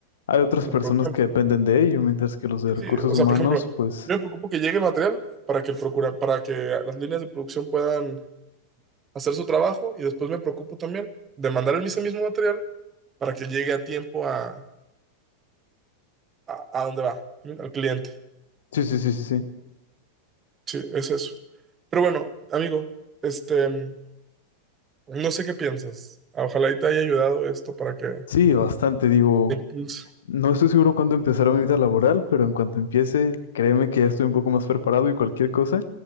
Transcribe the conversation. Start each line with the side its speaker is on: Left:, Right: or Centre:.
Left: hay otras
Right: la
Left: personas
Right: producción.
Left: que dependen de ello, mientras que los de
Right: Sí,
Left: recursos
Right: sí, o sea,
Left: humanos,
Right: por ejemplo,
Left: pues,
Right: yo me preocupo que llegue el material para que el procura, para que las líneas de producción puedan hacer su trabajo y después me preocupo también de mandar el ese mismo material para que llegue a tiempo a, a, a dónde va, al cliente.
Left: sí, sí, sí, sí, sí.
Right: Sí, es eso. Pero bueno, amigo, este, mm, no sé qué piensas. Ojalá y te haya ayudado esto para que
Left: Sí, bastante, digo,
Right: te impulse.
Left: no estoy seguro cuándo empezará mi vida laboral, pero en cuanto empiece, créeme que ya estoy un poco más preparado y cualquier cosa,